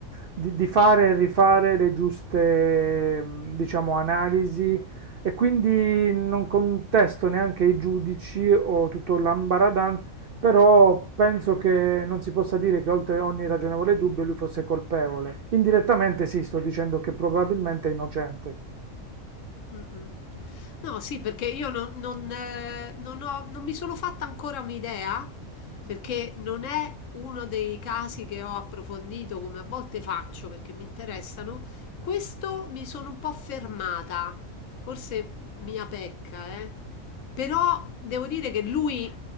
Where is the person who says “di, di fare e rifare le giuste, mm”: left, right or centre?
Right